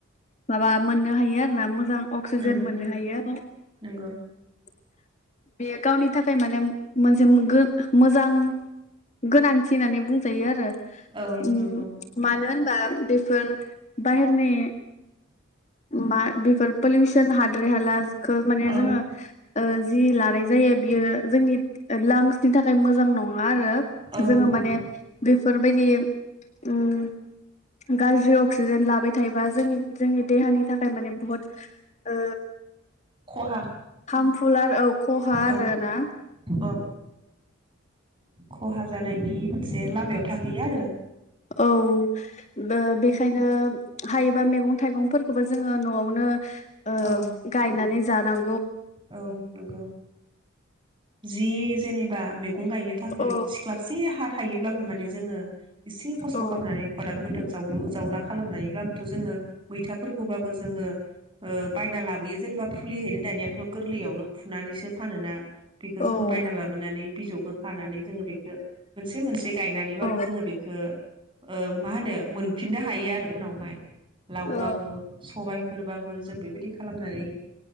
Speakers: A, on the left; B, on the right.
A: माबा मोननो हायो आरोना मो जां अक्सिजेन
B: उम
A: मोन <unintelligible>
B: उम नंगौ
A: बेयो गावनि थाखाय माने मोनसे गो मोजां गोनांथि होननानै बुंजायो आरो उम
B: औ नंगौ
A: मानो होनबा बेफोर बाहेरनि मा बिफोर पलिउसनहा द्रै हालाजखो माने
B: औ
A: जोङो ओ जि लानाय जायो बियो जोंनि लांसनि थाखाय मोजां जां नङा आरो
B: औ
A: जोङो
B: नंगौ
A: माने बेफोरबायदि उम गाज्रि अक्सिजेन लाबाय थायोबा जोंनि जोंनि देहानि थाखाय माने बुहुत ओ
B: खहा
A: हामफुलार औ खहा आरोना
B: औ औ खहा जानायनि मोनसे लामायाव थाहैयो आरो
A: औ बो बेखायनो हायोबा मैगं थाइगंफोरखौबो जोङो न'आवनो ओ
B: औ
A: गायनानै जानां
B: औ नंगौ जि जेनेबा मैगं गायनो थाखाय
A: औ
B: सिख्लाबसे हा थायोब्लाबो माने जोङो एसे खस्थ'
A: औ
B: खालामनानै खदालफोरजों जावलु जावला खालामनानैब्लाबोथ' जोङो मैथाफोरखौबाबो जोङो ओ बायना लाबोयो जेनेबा फुलि हैनो दानिया थ' गोरलैयावनो फुनानैसो फानोना बेखो जोङो
A: ओ औ
B: बायना लाबोनानै बिजौखौ खानानै जोङो बेखौ मोनसे मोनसे गायनानैबाबो
A: औ
B: जोङो बेखौ ओ मा होनो मोनफिननो हायो आरो उनावहाय लावबाबो
A: औ
B: सबाइ फोरबाबो जों बेबायदि खालामनानै